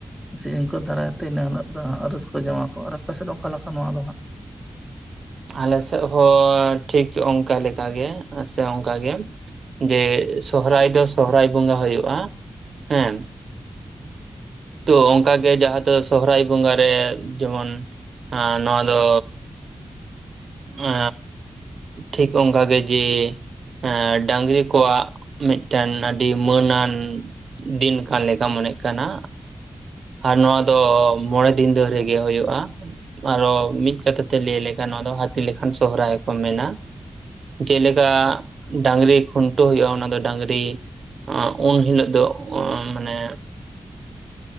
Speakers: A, in the centre; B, on the right (about 85°).
A: ᱥᱮ ᱫᱤᱱᱠᱩ ᱫᱟᱨᱟᱭᱛᱮ ᱤᱱᱟᱹ ᱦᱤᱞᱳᱜ ᱫᱚ ᱦᱟᱜ ᱨᱟᱹᱥᱠᱟᱹ ᱡᱚᱝᱟ ᱠᱚ ᱟᱨ ᱟᱯᱮ ᱥᱮᱫ ᱫᱚ ᱚᱠᱟ ᱞᱮᱠᱟ ᱱᱚᱣᱟ ᱫᱚ ᱦᱟᱸᱜ
B: ᱟᱞᱮ ᱥᱮᱫ ᱦᱚᱸ ᱴᱷᱤᱠ ᱚᱱᱠᱟ ᱞᱮᱠᱟᱜᱮ ᱥᱮ ᱚᱱᱠᱟᱜᱮ ᱡᱮ ᱥᱚᱦᱨᱟᱭ ᱫᱚ ᱥᱚᱦᱨᱟᱭ ᱵᱚᱸᱜᱟ ᱦᱩᱭᱩᱜᱳᱼᱟ ᱦᱮᱸ ᱛᱚ ᱚᱱᱠᱟᱜᱮ ᱡᱟᱦᱟᱸ ᱫᱚ ᱥᱚᱦᱚᱨᱟᱭ ᱵᱚᱸᱜᱟᱨᱮ ᱡᱮᱢᱚᱱ ᱟ ᱱᱚᱣᱟ ᱫᱚ ᱮ ᱴᱷᱤᱠ ᱚᱱᱠᱟ ᱜᱮ ᱡᱮ ᱮᱸ ᱰᱟᱝᱨᱤ ᱠᱚᱣᱟᱜ ᱢᱤᱫᱴᱮᱱ ᱟᱹᱰᱤ ᱢᱟᱹᱱ ᱟᱱ ᱫᱤᱱ ᱠᱟᱱ ᱞᱮᱠᱟ ᱢᱚᱱᱮᱫ ᱠᱟᱱᱟ ᱟᱨ ᱱᱚᱣᱟ ᱫᱚ ᱢᱚᱬᱮ ᱫᱤᱱ ᱫᱷᱚᱨᱮ ᱜᱮ ᱦᱩᱭᱩᱜᱼᱟ ᱟᱨᱚ ᱢᱤᱫ ᱠᱟᱛᱷᱟ ᱛᱮ ᱞᱟᱹᱭ ᱞᱮᱠᱟ ᱱᱚᱣᱟ ᱫᱚ ᱦᱟᱹᱛᱤ ᱞᱮᱠᱷᱟᱱ ᱥᱚᱨᱦᱟᱭ ᱠᱚ ᱢᱮᱱᱼᱟ ᱡᱮᱞᱮᱠᱟ ᱰᱟᱝᱨᱤ ᱠᱷᱩᱱᱴᱟᱹᱣ ᱦᱩᱭᱩᱜᱼᱟ ᱚᱱᱟᱫᱚ ᱰᱟᱹᱟᱝᱨᱤ ᱩᱱ ᱦᱤᱞᱳᱜ ᱫᱚ ᱚ ᱢᱟᱱᱮ